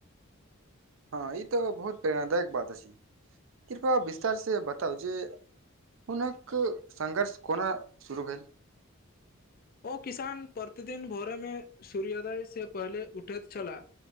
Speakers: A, on the right (about 65°); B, on the left (about 45°).
A: हँ ई तऽ बहुत प्रेरणा दायक बात कृपा विस्तारसँ बताउ जे हुनक सघर्ष कोना शुरू भेल
B: ओ किसान प्रतिदिन भोरे म सूर्योदय से पहिले उठैत छलाह